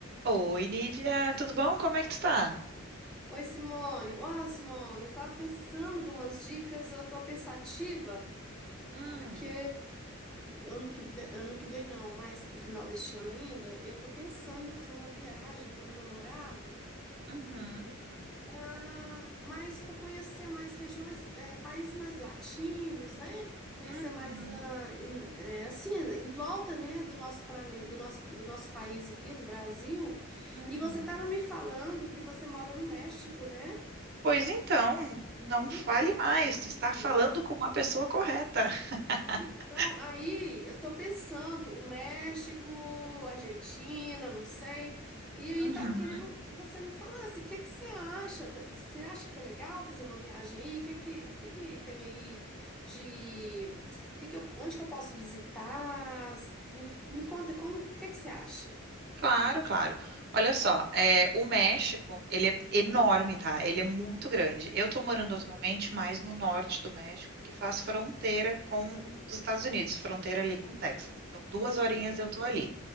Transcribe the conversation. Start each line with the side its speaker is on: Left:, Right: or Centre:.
Right: Oi, Nívia, tudo bom? Como é que tu tá?
Centre: Oi, Simone. Ó, Simone, eu tava pensando de umas dicas, eu tô pensativa,
Right: Hum,
Centre: porque ano que vem, ano que vem não, mas pro final deste ano ainda, eu tô pensando em fazer uma viagem com meu namorado
Right: uhum,
Centre: para mais para conhecer mais regiões, é, países mais latinos, né? Conhecer
Right: uhum,
Centre: mais ah, em- é, assim, em volta, né, do nosso planeta, do nosso, do nosso país aqui, do Brasil.
Right: uhum.
Centre: E você tava me falando que você mora no México, né?
Right: Pois então, não
Centre: Então,
Right: fale mais, tu
Centre: menina.
Right: está falando com a pessoa correta. <laughs>
Centre: Então, aí eu tô pensando em México, Argentina, não sei. E aí
Right: Uhum.
Centre: tava querendo que você me falasse, o que que você acha? da- Você acha que é legal fazer uma viagem aí? O que que, que que tem aí de o que que eu- onde que eu posso visitar? Me, me conta como, o que que você acha?
Right: Claro, claro. Olha só, é, o México, ele é enorme, tá? Ele é muito grande. Eu tô morando atualmente mais no norte do México, que faz fronteira com
Centre: Uhum.
Right: os Estados Unidos, fronteira ali com
Centre: Aham.
Right: o Texas. Então, duas
Centre: Sei.
Right: horinhas eu tô ali.